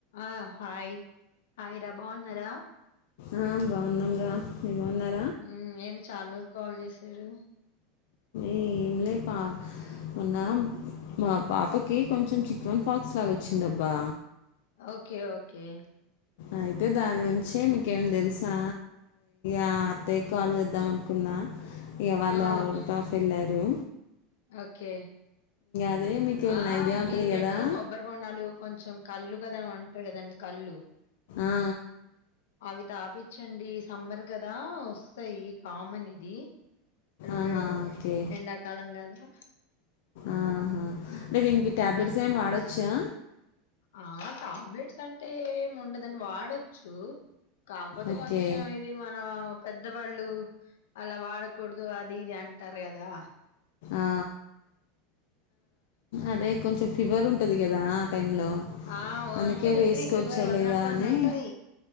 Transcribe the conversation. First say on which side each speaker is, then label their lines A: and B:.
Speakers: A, on the left (about 80°); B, on the left (about 70°).
A: ఆ hi hi బాగున్నారా
B: ఆ బాగున్నాం రా బాగున్నారా
A: ఉమ్ నేను చాలా రోజులకి కాల్ చేసారు
B: ఏంలే పా మోన్న మా పాపకి కొంచెం చికెన్ ఫాక్స్ లాగా వచ్చిందబ్బా
A: ఓకే ఓకే
B: అయితే దాని గురించి మీకేమి తెలుసా ఆ అత్తయ్య కాల్ చేద్దాం అనుకున్నా ఇగా వాళ్ళు
A: ఆ!
B: ఔట్ ఆఫ్ ఎళ్ళారు
A: ఓకే
B: అదే మీకు ఏమైనా
A: ఆ
B: ఐడియా
A: ఇవి
B: ఉంటుంది కదా
A: ఎక్కువ కొబ్బరి బొండాలు కొంచెం కళ్ళు కదా అంటారు కదండి కళ్ళు
B: ఆ,
A: అవి తాపించండి సమ్మర్ కదా వస్తాయి కామన్ ఇది వే
B: ఆహా ఓకే
A: ఎండాకాలం కదా
B: ఆహా అంటే దీనికి టాబ్లెట్స్ ఏమైనా వాడొచ్చా
A: ఆ! టాబ్లెట్స్ అంటే ఏం ఉండదండి వాడొచ్చు కాకపోతే
B: ఓకే
A: కొంచెం ఇది మన పెద్దవాళ్ళు అలా వాడకూడదు అది ఇది అంటారు కదా
B: ఆ. అదే కొంచెం ఫీవర్ ఉం ద ఉంటది కదా టైంలో
A: ఆ
B: అందుకే
A: ఉంటది
B: వేసుకోవచ్చా
A: ఉంటది ఫీవర్ వన్
B: లేదా
A: నాట్ వన్
B: అని
A: ఉంటది